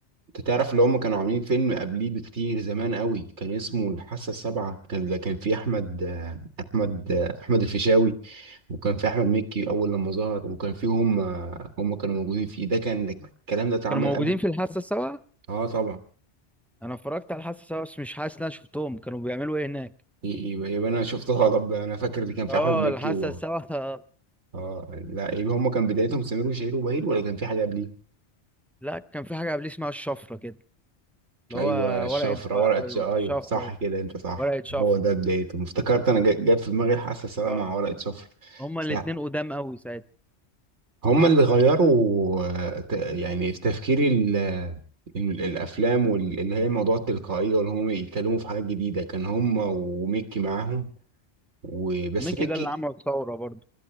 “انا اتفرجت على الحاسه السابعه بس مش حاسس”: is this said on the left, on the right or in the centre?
Centre